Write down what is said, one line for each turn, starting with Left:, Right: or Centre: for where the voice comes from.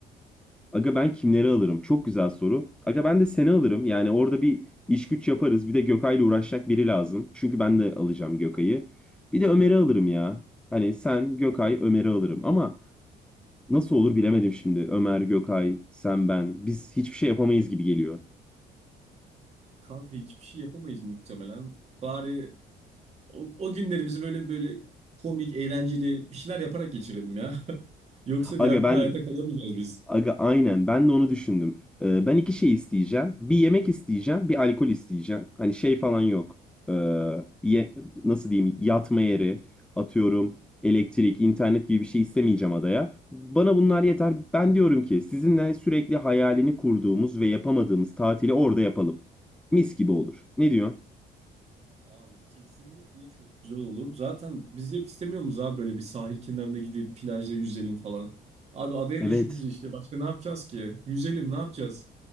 Centre: Aga ben kimleri alırım? Çok güzel soru. Aga ben de seni alırım. Yani orada bir iş güç yaparız. Bir de Gökay'la uğraşacak biri lazım. Çünkü ben de alacağım Gökay'ı. Bir de Ömer'i alırım ya. Hani sen, Gökay, Ömer'i alırım. Ama nasıl olur bilemedim şimdi. Ömer, Gökay, sen, ben. Biz hiçbir şey yapamayız gibi geliyor.
Right: Kanka hiçbir şey yapamayız muhtemelen. Bari o, o günlerimizi böyle böyle komik, eğlenceli bir şeyler yaparak geçirelim ya. <laughs> Yoksa
Centre: Aga
Right: diğer türlü
Centre: ben
Right: hayatta kalamayacağız biz.
Centre: Aga aynen ben de onu düşündüm. Ee, ben iki şey isteyeceğim. Bir yemek isteyeceğim, bir alkol isteyeceğim. Hani şey falan yok. Ee, ye- nasıl diyeyim yatma yeri, atıyorum elektrik, internet gibi bir şey istemeyeceğim adaya. Bana bunlar yeter. Ben diyorum ki sizinle sürekli hayalini kurduğumuz ve yapamadığımız tatili orada yapalım. Mis gibi olur. Ne diyor?
Right: Abi kesinlikle çok güzel olur. Zaten biz hep istemiyor muyuz abi böyle bir sahil kenarında gidip plajda yüzelim falan. Abi adaya
Centre: Evet.
Right: düşmüşüz işte. Başka ne yapacağız ki? Yüzelim ne yapacağız?